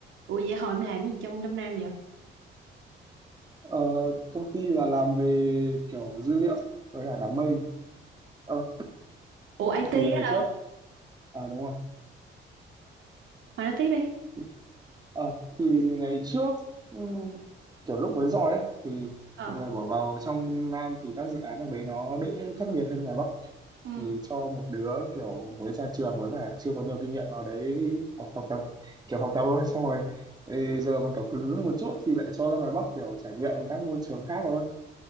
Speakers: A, on the right; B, on the right.
A: Ủa vậy hồi em làm gì trong trong Nam vậy?
B: Ờ, công ty là làm về kiểu dữ liệu với cả đám mây Ờ,
A: Ủa IT
B: thì ngày
A: á,
B: trước à đúng không
A: mà nói tiếp đi.
B: thì, ờ, thì ngày trước ừm, kiểu lúc mới rồi ấy thì
A: Ờ.
B: mọi người bỏ vào trong Nam thì các dự án ở đấy nó đỡ khắc nghiệt hơn ngoài Bắc
A: Ừ.
B: thì cho một đứa kiểu mới ra trường với cả chưa có nhiều kinh nghiệm vào đấy học, học tập kiểu học tập thôi xong rồi ừ, giờ mà kiểu cứng một chút thì lại cho ra ngoài Bắc kiểu trải nghiệm các môi trường khác thôi